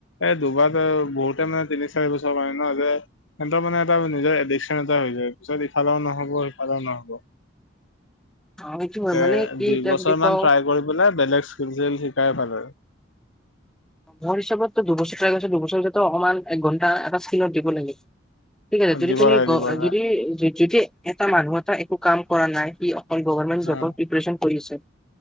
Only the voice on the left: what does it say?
এই দুবাৰ বহুতে মানে তিনি চাৰি বছৰ মান ন যে সিহঁতৰ মানে এটা নিজৰ এডিকশচন এটা হৈ যায় পিছত ইফালেও নহব সিফালেও নহব
<unintelligible> এ
দুই
বছৰ
মান
ট্ৰাই কৰি পেলাই বেলেগ স্কিল <unintelligible> চাই ভাল আৰু।
আৰু
দিব
লাগে
দিব লাগে
অ